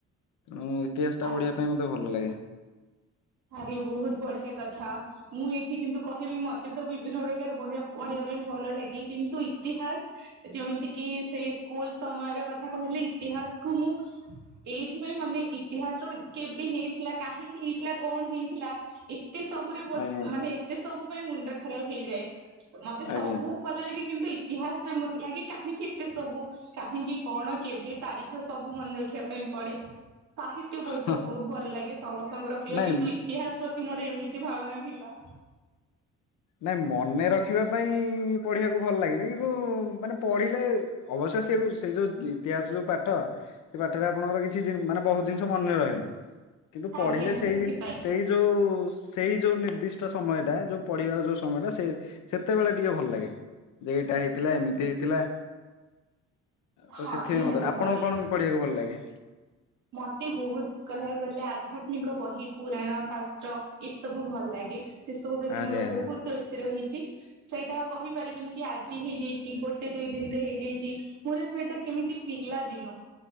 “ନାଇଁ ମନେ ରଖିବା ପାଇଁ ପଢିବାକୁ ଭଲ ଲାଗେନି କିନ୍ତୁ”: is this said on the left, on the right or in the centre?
Left